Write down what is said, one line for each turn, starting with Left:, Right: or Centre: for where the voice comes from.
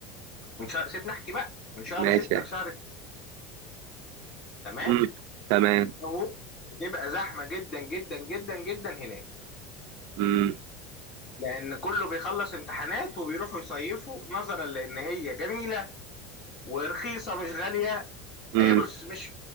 Left: من شهر سيبني احكي بقى من شهر
Right: ماشي
Left: ستة لشهر تمام
Right: امم تمام
Left: هو بتبقى زحمة جدا جدا جدا جدا هناك
Right: امم
Left: لأن كله بيخلص امتحانات وبيروحوا يصيفوا نظرا لأن هي جميلة ورخيصة مش غالية
Right: امم
Left: هي بص مش